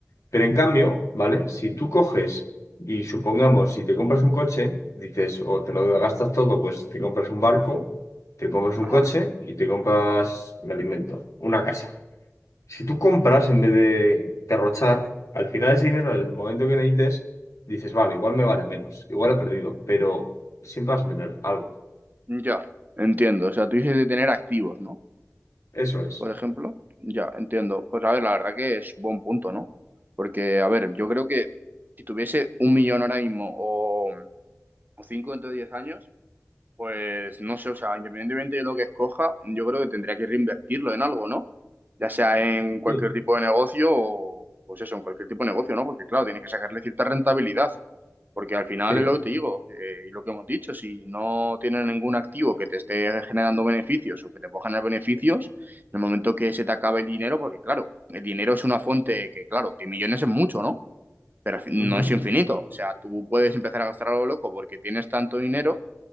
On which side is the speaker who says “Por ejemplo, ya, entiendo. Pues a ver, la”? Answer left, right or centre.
Right